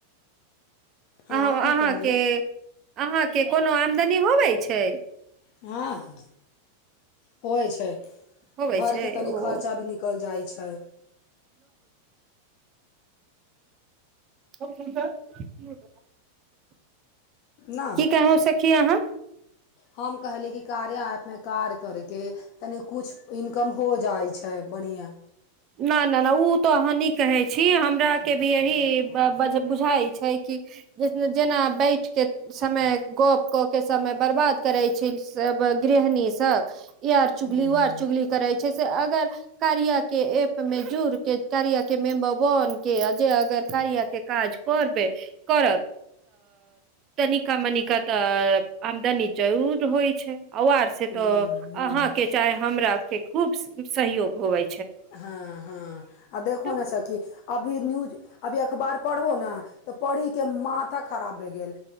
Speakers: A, on the left (about 45°); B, on the right (about 35°).
A: हँ
B: अ
A: की
B: अहाँके
A: कहलियै
B: अहाँके कोनो आमदनी होबै छै
A: हँ होइ छै
B: होबै
A: घरके
B: छै
A: तनि
B: ओ
A: खर्चा भी निकलि जाइ छै
B: <unintelligible>
A: ने
B: की कहो सखी अहाँ
A: हम कहली कि कारिया एऐप मे कार करके तनि कुछ इनकम हो जाइ छै बढ़िआँ
B: न न न ओ तऽ अनी कहै छी हमराके भी यही बुझाइ छै कि जेना बैठके समय गप कऽ के समय बर्बाद करै छै सब गृहणी सब ई आर चुगली
A: ह्म्म
B: ओ आर चुगली करै छै से अगर कारिया के एप मे जुड़ के कार्या के मे बन के जेय अगर कारिया के काज तऽ तनिका मनिका तऽ आमदनी जरूर होइ छै ओर से
A: ह्म्म
B: तऽ
A: ह्म्म
B: अहाँके चाहे हमरा के खूब सहयोग होवै
A: हँ हँ देखो
B: तऽ
A: न सखि अभि न्यूज अभी अखबार पढो न तऽ पढि के मा खराब भए गेल